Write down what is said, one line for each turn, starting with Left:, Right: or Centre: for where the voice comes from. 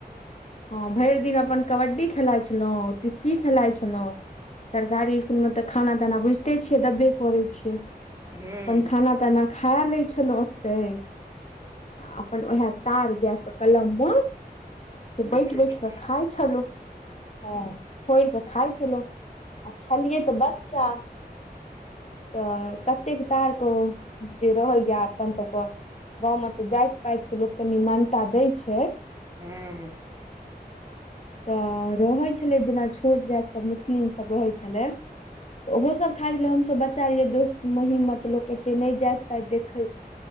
Left: हँ भरि दिन अपन कबड्डी खेलाइत छलहुँ तिती खेलाइत छलहुँ। सरकारी स्कुलमे तऽ खाना ताना बुझिते छियै देबे करै छैियै अपन
Right: हूँ
Left: खाना खाना ताना खा लै छलहुँ ओत्ते। आ अपन ओएह तार जााकऽ अपन कलम मे। से
Right: बिछै
Left: बैठ बैठ
Right: की।
Left: कऽ खाइ छलहु। हँ फोड़ कऽ खााय छलहु आ छलियै तऽ बच्चा। तऽ ततेक तारके जे रहैया अपन सभके। गाँव में तऽ जाइत पाति के लोक कनि मान्यता दय छै।
Right: हू।
Left: तऽ रहै छलै जेना छोट जाति सभ मुस्लिमसभ रहैत छलै। तऽ ओहो सब खााय ले हमस बचा रहियै दोस्त महीमत लोक एते नहि जाइत पाइत देखे।